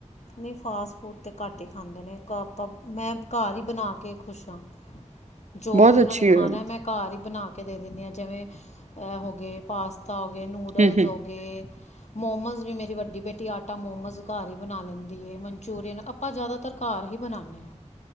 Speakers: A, on the left (about 65°); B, on the right (about 70°).
A: ਨਹੀਂ ਫਾਸਟ ਫੂਡ ਤਾਂ ਘੱਟ ਹੀ ਖਾਂਦੇ ਨੇ, ਘਰ ਤਾਂ ਆਪਾਂ ਮੈਂ ਘਰ ਹੀ ਬਣਾ ਕੇ ਖੁਸ਼ ਆਂ, ਜੋ
B: ਬਹੁਤ
A: ਵੀ ਉਹਨਾਂ
B: ਅੱਛੀ
A: ਨੇ ਖਾਣਾ
B: ਗੱਲ
A: ਮੈਂ ਘਰ ਹੀ ਬਣਾ ਕੇ ਦੇ ਦਿੰਦੀ ਹਾਂ, ਜਿਵੇਂ ਇਹ ਹੋ ਗਏ ਪਾਸਤਾ ਹੋ ਗਏ ਨੂਡਲਸ
B: ਹਮ ਹਮ
A: ਹੋ ਗ ਗਏ, ਮੋਮਸ ਵੀ ਮੇਰੀ ਵੱਡੀ ਬੇਟੀ ਆਟਾ ਮੋਮੋਸ ਘਰ ਹੀ ਬਣਾ ਲੈਂਦੀ ਏ, ਮੰਨਚੂਰੀਅਨ ਆਪਾਂ ਜਾਇਦਾਤਰ ਘਰ ਹੀ ਬਣਾਂਦੇ ਹਾਂ।